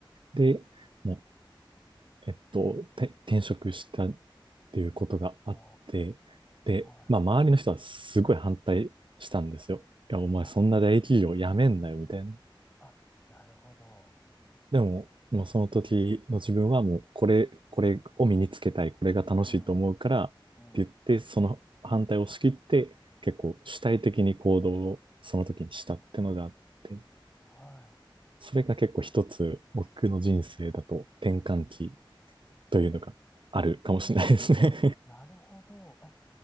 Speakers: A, on the right; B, on the left.
A: で、もう、えっと、て転職したっていうことがあって、
B: あ
A: で、
B: あ、はい。
A: まあ、周りの人はすごい反対したんですよ。いや、お前そんな大企業辞めんなよ、
B: あ、
A: みたいな。
B: あ、なるほど。
A: でも、もうその時の自分はもうこれ、これを身につけたい、これが楽しいと思うからって言って、
B: うん。うん。
A: その反対を押し切って結構主体的に行動をその時にしたってのがあって、
B: は
A: それが結構一つ僕の人生だと転換期というのがあるかもしれないですね
B: い。うん。なるほど。え、